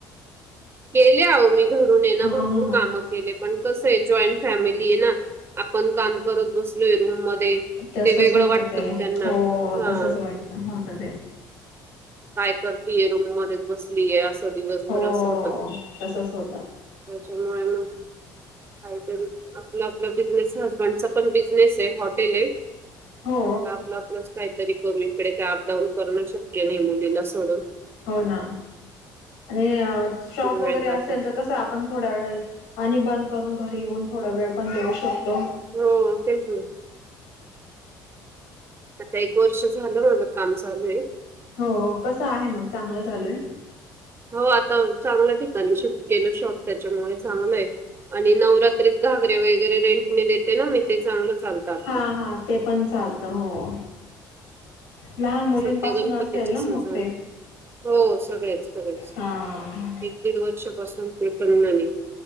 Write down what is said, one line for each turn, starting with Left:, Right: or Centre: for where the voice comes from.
Right: केले आहो मी घरून ये ना
Left: हा
Right: भरपूर
Left: हा
Right: काम. केले पण कस आहे जॉईंट फॅमिली आहे ना, आपण काम करत बसलोय रूम मध्ये.
Left: तसच
Right: ते वेगळं
Left: होतं
Right: वाटतं
Left: ते
Right: त्यांना.
Left: हो
Right: हा
Left: तसच वाटत होत ते.
Right: काय करतीय रूम मध्येच बसलीय असं दिवसभर
Left: हो
Right: असं होत.
Left: तसच होत
Right: त्याच्यामुळे मग काहीतरी आपला आपला बिझनेस हजबंड पण बिझनेस आहे हॉटेल आहे.
Left: हो
Right: आपलं आपलं आपलंच काहीतरी करू इकडे ते अपडाऊन करणं शक्य नाही मुलीला सोडून.
Left: हो ना आणि शॉप
Right: भरपूर
Left: वगैरे
Right: वेळ जातो.
Left: असेल तर कसं पण थोड्या वेळ आणि बंद करून घरी
Right: हम्म.
Left: येऊन थोडा वेळ पण देऊ शकतो.
Right: हो तेच आता एक वर्ष झालं माझ काम चालू आहे.
Left: हो कसं आहे मग चांगलं चालूय.
Right: हो आता चांगल्या ठिकाणी शिफ्ट केलं शॉप, त्याच्यामुळे चांगलं आहे. आणि नवरात्रीत घागरे वगैरे रेंटने देते ना मी. ते चांगलं चालतं आपलं.
Left: हा हा ते पण चालतं हो लहान मुलींपासून
Right: सध्या गणपतीचे
Left: असेल ना
Right: सीझन
Left: मग ते.
Right: हो सगळेच सगळे
Left: हा
Right: एक दीड वर्षपासून ते पनाने.